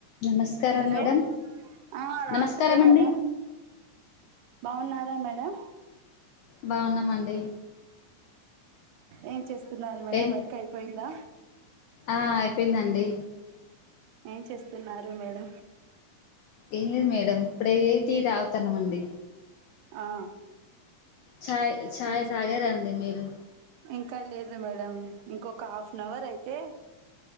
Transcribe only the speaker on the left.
నమస్కారం
madam
నమస్కారం అండి
బాగున్నామండి
ఏం
ఆ అయిపోయిందండి
ఏం లేదు మేడం ఇప్పుడే టీ తాగుతున్నాం అండి.
ఛాయ్ ఛాయ్
తాగారండి మీరు